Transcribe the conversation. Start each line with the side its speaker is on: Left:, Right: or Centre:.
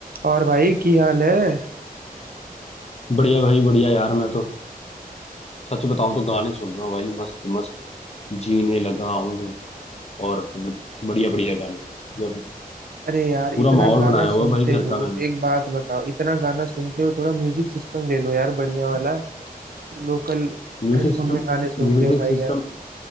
Right: और भाई की हाल है
Left: बढ़िया भाई बढ़िया यार मैं तो सच बताऊं तो गाने सुन रहा हूँ भाई मस्त मस्त जीने लगा हूँ और मतलब बढ़िया बढ़िया गाने जब
Right: अरे यार इतना
Left: पूरा माहौल
Right: गाना
Left: बनाया हुआ
Right: सुनते
Left: है भाई घर
Right: हो
Left: का मैंने
Right: एक बात बताओ इतना गाना सुनते हो थोड़ा म्यूजिक सिस्टम ले लो यार बढ़िया वाला लोकल
Left: Music
Right: हेडफोन
Left: system
Right: में गाने सुनते
Left: music
Right: हो भाई
Left: system
Right: यार